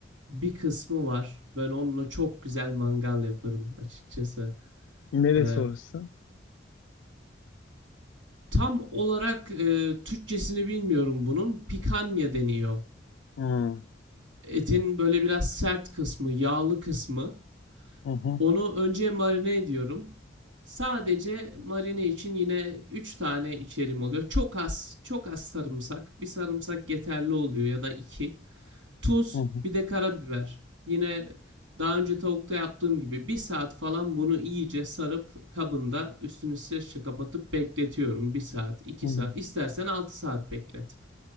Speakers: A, on the right (about 75°); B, on the left (about 85°).
A: bir kısmı var. Ben onunla çok güzel mangal yaparım açıkçası.
B: Neresi
A: E,
B: orası?
A: Tam olarak e, Türkçesini bilmiyorum bunun. Pikanya deniyor.
B: Hmm,
A: Etin böyle biraz sert kısmı, yağlı kısmı.
B: Hı hı,
A: Onu önce marine ediyorum. Sadece marine için yine 3 tane içerim oluyor. Çok az, çok az sarımsak. Bir sarımsak yeterli oluyor ya da 2. Tuz,
B: hı hı,
A: bir de karabiber. Yine daha önce tavukta yaptığım gibi bir saat falan bunu iyice sarıp kabında üstünü streçle kapatıp bekletiyorum. Bir saat, iki
B: hı hı,
A: saat, istersen 6 saat beklet.